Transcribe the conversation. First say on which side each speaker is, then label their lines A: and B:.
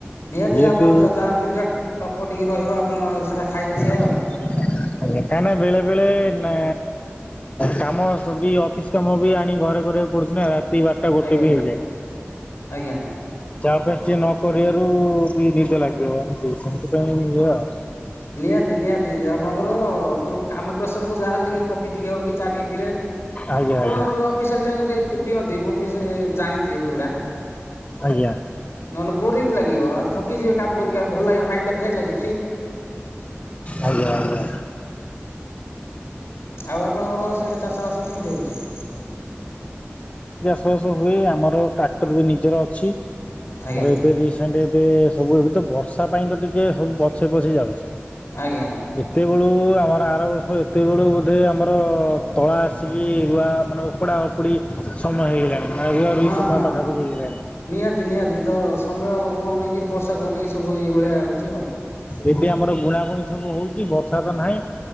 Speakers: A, on the left (about 65°); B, on the left (about 30°).
A: ନିହାତି
B: ଯେହେତୁ
A: ଆପଣ ଯାହାର ଜିନି ଟକ ଟିକେ ରହିବ ଆପଣ ସେଇଟା ଖାଇବେ ସେଇଆ।
B: ତାହାନେ ବେଳେବେେଳେ ନ କାମ ସବୁ ଅଫିସ କାମ ବି ଆଣି ଘରେ କରିବାକୁ ପଡୁଛି ନା। ତି ବାର ଟା ଗୋଟେ
A: ଆଜ୍ଞା ଆଜ୍ଞା
B: ବି ହେଇଯାଏ।
A: ଆଜ୍ଞା
B: ଚା ଅଭ୍ୟାସ ଟିକେ ନ କରିବାରୁ ନିଦ ଲାଗିବ <unintelligible> ଆଉ।
A: ନିହାତି ନିହାତି ଇଏ ଆପଣଙ୍କର ଯୋଉଁ କାମ ପ୍ରେସରକୁୁ ଯାହାହେଲେ ଟିକେ କଫି ଟିକେ ହଉ କି ଚା ଟିକେ ପିଇଲେ
B: ଆଜ୍ଞା
A: ଆଉ
B: ଆଜ୍ଞା
A: ଅଫିସିଆ ଟାଇମ ପିଅନ୍ତି ମୁଁ ବି ସେ ଜାଣିଛି ସେଗୁଡା।
B: ଆଜ୍ଞା
A: ନହେଲେ ବୋରିଙ୍ଗ ଲାଗିବ ଥକିଯିବେ କାମ କରି ଭଲ ଲିବ ମଇଣ୍ଡ ଟା ଫ୍ରେଶ ଲାଗି
B: ଆଜ୍ଞା ଆଜ୍ଞା।
A: ଆଉ ଆପଣଙ୍କର ସିଆଡେ ଚାଷ ବାସ କେମିତି ହଉଛି?
B: ଚାସବାସ ହୁଏ ଆମର ଟ୍ରାକ୍ଟର ବି ନିଜର ଅଛି
A: ଆଜ୍ଞା
B: ଆମର ଏବେ ରିସେଣ୍ଟ ଏବେ ସବୁ ଏବେ ତ ବର୍ଷା ପାଇଁ ତ ଟିକେ ସବୁ ପଛେଇ ପଛେଇ ଯାଉଛି।
A: ଆଜ୍ଞା
B: ଏତେବେଳୁ ଆମର ଆର ବର୍ଷ ହଁ ଏତେବେଳୁ ବୋଧେ ଆମର ତଳା ଆସିକି ରୁଆ ମାନେ ଉପଡ଼ା ଉପୁଡ଼ି ସମୟ ହେଇଗଲାଣି ମାନେ ରୁଆ ରୁଇ
A: ହଁ
B: ସମୟ
A: ହଁ
B: ପାଖାପାଖି
A: ହଁ।
B: ହେଇଗଲାଣି।
A: ନିହାତି ନିହାତି ତ ସମୟ କୁ ନେଇକି ବର୍ଷାକୁୁ ନେଇକି ସବୁ ଏଇ ଭଳିଆ ହଉଛି ଆଉ।
B: ଏବେ ଆମର ବୁଣାବୁଣି ସବୁ ହେଉଛି ବର୍ଷା ତ ନାହିଁ